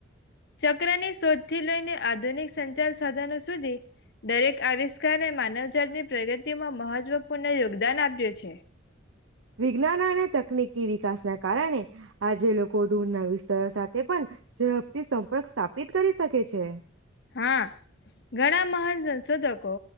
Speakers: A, on the left; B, on the right.
A: ચક્રની સોધથી લઈને આધુનિક સંચાર સાધનો સુધી, દરેક આવિસ્કારએ માનવજાતની પ્રગતિમાં મહજવપૂર્ણ યોગદાન આપ્યું છે.
B: વિજ્ઞાન અને તકનીક બી વિકાસના કારણે આજે લોકો દૂરના વિસ્તારો સાથે પન ઝદપથી સંપર્ક સ્થાપિત કરી સકે છે.
A: હા, ઘણા મહાન સંસોધકો,